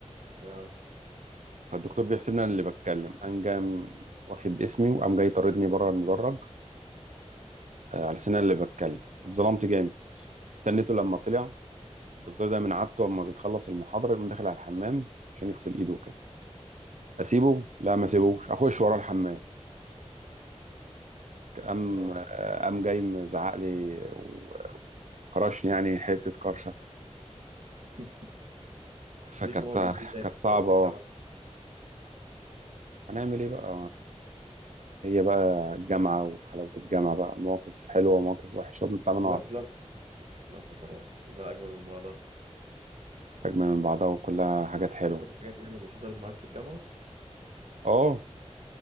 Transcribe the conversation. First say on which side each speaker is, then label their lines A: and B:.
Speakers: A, on the right; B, on the right.
A: يا
B: فالدكتور بيحسبني انا اللي بتكلم قام جام واخد اسمي وقام جاي طاردني بره المدرج آه، على سن أنا اللي بتكلم اتظلمت جامد استنيته لما طلع الدكتور ده من عادته اما بيخلص المحاضره يقوم داخل على الحمام عشان يغسل ايده وكده اسيبه لا ما اسيبوش اخش ورا الحمام قام
A: وعملت-
B: آه، قام جاي مزعق لي و- وكرشني يعني حته كرشه
A: <laughs>
B: فكانت
A: ليك مواقف ايه تاني
B: كانت صعبه
A: حصلت في الجامعة
B: أه. هنعمل ايه بقى هي بقى الجامعة وحلاوة الجامعة بقى مواقف حلوة ومواقف وحشة وبنطلع
A: بس
B: منها
A: والله
B: أصحاب
A: كلها كلها فترات كلها أجمل من بعضها
B: أجمل من بعضها وكلها حاجات حلوة
A: فاكر حاجات تانية من اللي حصلت معاك في الجامعة
B: اه